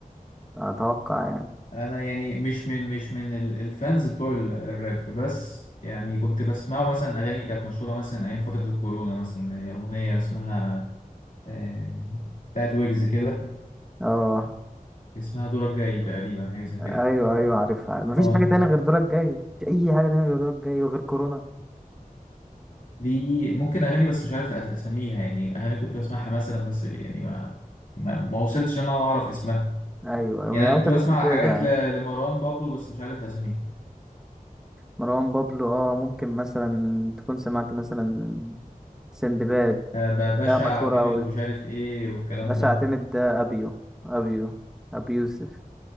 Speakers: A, in the centre; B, on the left.
A: اتوقع يعني
B: أنا يعني مش من مش من ال- الفانز بتوع ال- الراب بس يعني كنت بسمعه مثلا أغاني كانت مشهورة مثلا أيام فترة الكورونا مثلا أغنية اسمها آه، بتاعت ويجز كده
A: اه
B: اسمها دورك جاي تقريبا حاجة زي كده
A: ايوه ايوه عارفها مفيش
B: اه
A: حاجة تانية غير دورك جاي مفيش اي حاجة تانية غير دورك جاي وغير كورونا
B: دي ممكن اغاني بس مش عارف أس- اسميها يعني اغاني كنت بسمعها مثلا بس يعني ما ما, ما وصلتش ان انا اعرف اسمها
A: ايوه يوم
B: يعني
A: يا
B: انا كنت بسمع
A: مش متابع
B: حاجات ل- لمروان بابلو بس مش عارف اسميها
A: مروان بابلو اه ممكن مثلا تكون سمعت مثلا سندباد
B: آه، ب- باشا
A: لا مشهورة
B: اعتمد
A: أوي
B: ومش عارف ايه والكلام
A: باش
B: ده
A: اعتمد ده ابيو ابيو ابو يوسف